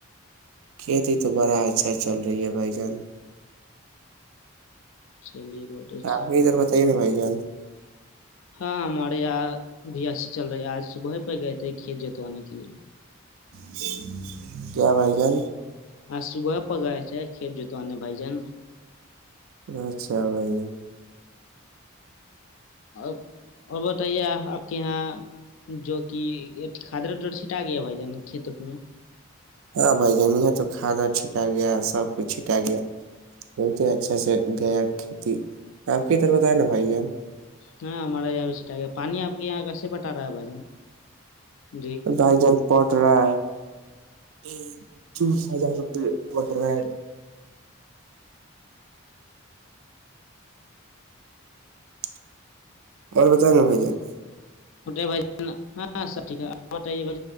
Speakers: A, on the right; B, on the left.
A: کھیتی تو بڑا اچھا چل رہی ہے بھائی جان
B: چلیے بہت اچھا
A: آپ نے ادھر بتائیے نا بھائی ان
B: ہاں ہمارے یہاں بھی ایسیھی چل رہی ہے آج صبح پہ گئے تھے کھیت جتوانے کے لیے
A: جی س بائی گل
B: ہاں صبح پ گائے تھ کھیت جوتانے بائی جن
A: اچھا بائی ج
B: اور اور بتائیے آپ کے یہاں جو کہ کھادر ڈر چھٹا گیا بھائی جان کھیتت میں
A: ہاں بھ جان یہاں تو کھادا چھٹا گیا سب کچ چھٹا گیا بہت ہی اچھا سے گیا کھیتی آپ کے طر بت ہے نا بھائی جان
B: ہاں ہمارا یہاںٹا ہے پانی آپ کے یہاں کیسے بٹا رہا ہے بھائی جان جی
A: بھائی جان پٹرائے یہ دوس ہزار روپے پٹرائے ہ <inaudible> بر بت ہے میں ہو جائے گ
B: چٹے بھ ہاں سب ٹھیک ہے آ بتائیے بھ